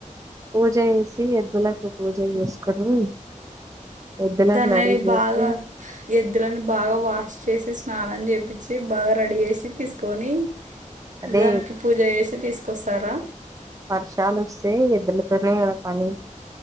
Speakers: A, on the right; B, on the right.
A: పూజ జేసి ఎద్దులకు పూజ జేసుకోనీ. ఎద్దులని
B: దానిని
A: రెడీ జేసి.
B: బాగా ఎద్దులని బాగా వాష్ చేసి, స్నానం జేపిచ్చి బాగా రెడీ జేసి తీసుకొని.
A: అదే
B: దానికి పూజ జేసి తీసుకొస్తారా.
A: వర్షాలొసే ఎదులతోనే గదా పని.